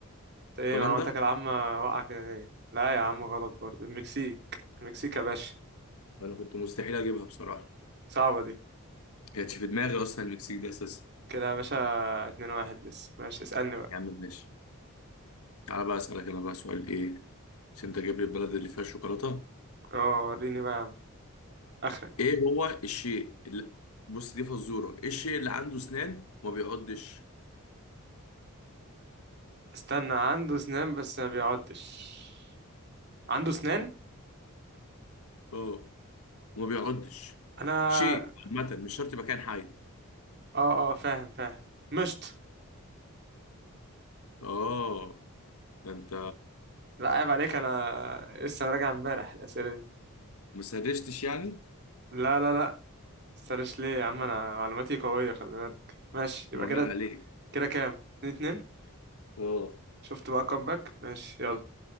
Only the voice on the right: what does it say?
ايه
معلوماتك العامة واقعة كده ليه لا يا عم غلط برضه المكسيك المكسيك يا باشا
صعبة دي
كده يا باشا اتنين واحد لسه ماشي اسألني بقى
اه وريني بقى يا عم اخرك
استنى عنده اسنان بس ما بيعضش عنده اسنان
انا
اه اه فاهم فهم مشط
لا عيب عليك انا لسه راجع امبارح الاسئلة دي
لا لا لا سرش ليه يا عم انا معلوماتي قوية خلي بالك ماشي
يبقى كده
كده كام اتنين اتنين
شفت بقى كومباك ماشي يلا